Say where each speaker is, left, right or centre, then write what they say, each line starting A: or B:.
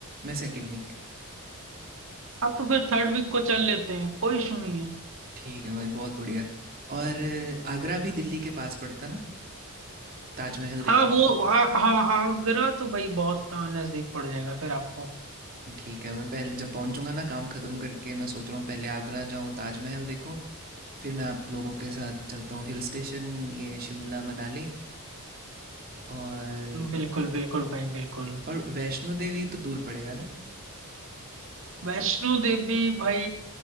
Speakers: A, on the right; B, on the right.
A: मैं सेकंड वीक
B: आप तो फिर थर्ड वीक को चल लेते हैं कोई इशू नहीं है
A: ठीक है भाई बहुत बढ़िया और आगरा भी दिल्ली के पास पड़ता ना ताजमहल
B: हाँ
A: देखना
B: वो
A: होता
B: हाँ हाँ आगरा तो भाई बहुत अ, नजदीक पड़ जाएगा फिर आपको
A: ठीक है मैं पहले जब पहुंचूंगा ना काम खत्म करके मैं सोच रहा हूँ पहले आगरा जाऊँ ताजमहल देखूँ फिर मैं आप लोगों के साथ चलता हूँ हिल स्टेशन ये शिमला मनाली और
B: बिल्कुल बिल्कुल भाई बिल्कुल
A: और वैष्णो देवी तो दूर पड़ेगा ना
B: वैष्णो देवी भाई